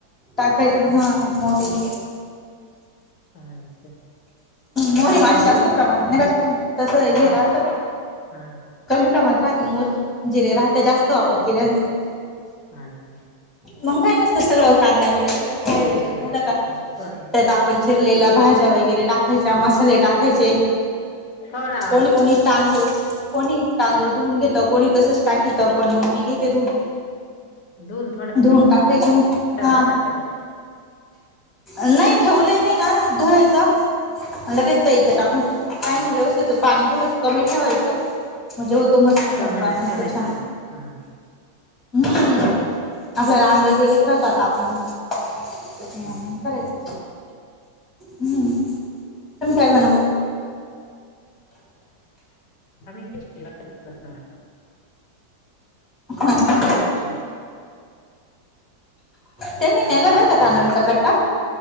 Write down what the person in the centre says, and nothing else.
टाकायच हा मोहरी
मोहरी
माझी जास्त
प्रमाणात नही राहत. तस हे
राहत,
कमी प्रमाात राहते मोरी जिरे राहते जास्त <unintelligible>
मंग काय नसत सगळं कांदा बिंदा सगळं फ्राय वगैरे
झालं
का
त्यात आप ण चिरलेला भाज्या वगैरे टाकायच्या मसाले टाकायचे
कोणी कोणी
तांदूळ
कोणी तांदूळ
धुवून घेत कोणी तसच टाकित पण मंग मी घेते धूून
धुन टाकायची म हा
नही ठेवलंय नाही ना धुवायचं. म लगेच द्यायचं
टाकून काय
नाय व्यवस्थित होत पाणी थोडंस कमी
ठेवायचं. म्हणजे होतो मस्त मोकळा
मस्त
छान
हम्म आपल्याला अंदाज येईलाच राहतो आता आपण त्याच्यामुळं
मंग करायचं. हम्म तुम्ही काय बनवल?
हा
त्यांनी
नेलाय बरं
का
तांदलाचा कट्टा